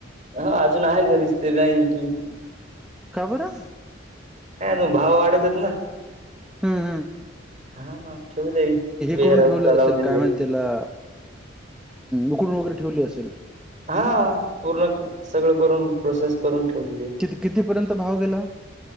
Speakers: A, on the right; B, in the centre.
A: हा अजून आहे घरीच तरी नाही विकली.
B: खबर.
A: नाही अजून भाव वाढत आहेत ना.
B: हम् हम्.
A: हा ठेवलं वेअर
B: करून
A: हाऊस
B: ठेवलं
A: लावलेली.
B: असेल काय म्हण त्याला उकडून वगैरे ठेवली असेल.
A: हा पूर्ण सगळं करून प्रोसेस करून ठेवली तेे
B: किती कितीपर्यंत भाव गेला.